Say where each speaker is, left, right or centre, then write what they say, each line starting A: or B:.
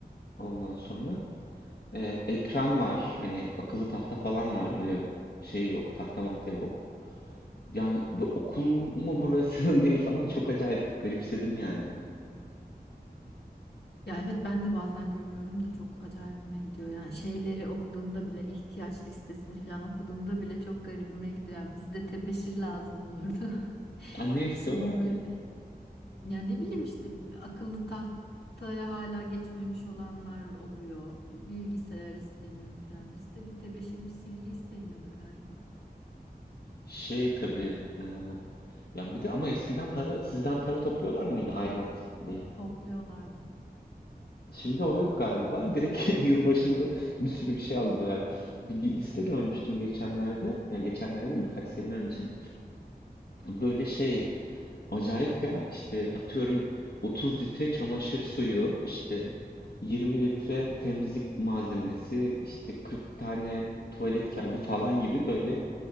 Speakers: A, on the left; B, on the left.
A: Ondan sonra
B: Evet.
A: Ee, ekran var. Hani akıllı tahta falan var. Öyle şey yok. Tahta mahta yok. Yani bu okul mu burası <laughs> ne falan çok acayip garipsedim yani.
B: Ya evet ben de bazen görüyorum da çok acayipime gidiyor. Yani şeyleri okuduğumda bile ihtiyaç listesini falan okuduğumda bile çok garibime gidiyor. Yani bizde tebeşir lazım olurdu. <laughs>
A: Ha, ne istiyorlar
B: Şimdi böyle
A: ki?
B: Yani ne bileyim işte akıllı tahtaya hala geçmemiş olanlar oluyor. Bilgisayar isteniyor filan. Bizde bir tebeşir bir silgi isteniyordu galiba.
A: Şey tabii. e, ya bir de ama eskiden para sizden para topluyorlar mıydı aidat diye.
B: Topluyorlardı.
A: Şimdi o yok galiba. Direkt <laughs> yıl başında bir sürü bir şey aldırıyorlar. Bir liste görmüştüm geçenlerde. Yani geçenlerde mi, birkaç sene önce. Böyle şey Acayip ya işte atıyorum 30 litre çamaşır suyu işte 20 litre temizlik malzemesi işte 40 tane tuvalet kağıdı falan gibi böyle